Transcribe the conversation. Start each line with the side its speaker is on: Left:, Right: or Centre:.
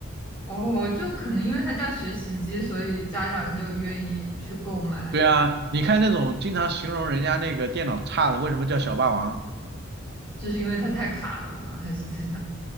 Left: 哦，就可能因为它叫学习机，所以家长就愿意去购买，
Right: 对啊，你看那种经常形容人家那个电脑差的，为什么叫小霸王？
Left: 就是因为它太卡了吗？还是怎样？